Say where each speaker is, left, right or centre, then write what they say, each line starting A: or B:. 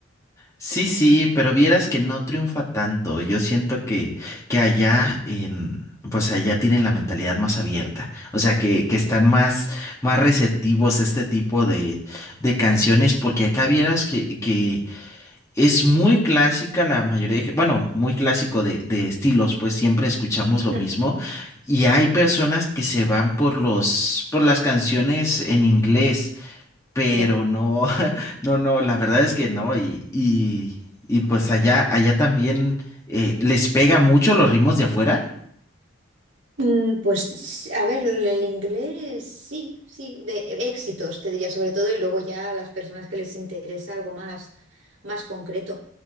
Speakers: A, on the left; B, on the right.
A: Sí, sí, pero vieras que no triunfa tanto. Yo siento que, que allá en, pues allá tienen la mentalidad más abierta. O sea, que, que están más, más receptivos a este tipo de, de canciones, porque acá vieras que, que es muy clásica la mayoría de, bueno, muy clásico de, de estilos, pues siempre escuchamos lo
B: Ujú.
A: mismo. Y hay personas que se van por los, por las canciones en inglés pero
B: Ya.
A: no, <laughs> no, no, la verdad es que no, y, y, y pues allá, allá también eh, les pega mucho los ritmos de afuera.
B: Mm, Pues a ver, el inglés sí, sí, de éxitos te diría sobre todo y luego ya a las personas que les interesa algo más, más concreto,